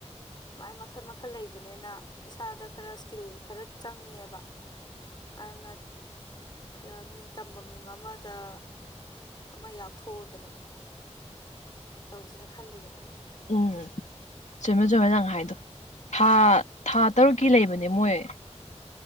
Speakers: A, on the left; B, on the left.
A: ꯑꯗꯨꯃꯥꯏ ꯃꯈꯜ ꯃꯈꯜ ꯂꯩꯕꯅꯤꯅ ꯏꯁꯥꯗ ꯈꯔ ꯏꯁꯀꯤꯜ ꯈꯔ ꯆꯪꯉꯦꯕ ꯑꯗꯨꯅ ꯈꯔ ꯃꯤ ꯇꯝ ꯐꯝ ꯑꯃꯗ ꯑꯃ ꯌꯥꯎꯊꯣꯛꯑꯒꯅꯦ ꯇꯧꯖꯤꯔꯥ ꯈꯜꯂꯤꯕꯅꯦ
B: ꯎꯝ ꯆꯨꯝꯃꯦ ꯆꯨꯝꯃꯦ ꯅꯪ ꯍꯥꯏꯗꯣ ꯊꯥ ꯊꯥ ꯇꯔꯨꯛꯀꯤ ꯂꯩꯕꯅꯦ ꯃꯣꯏ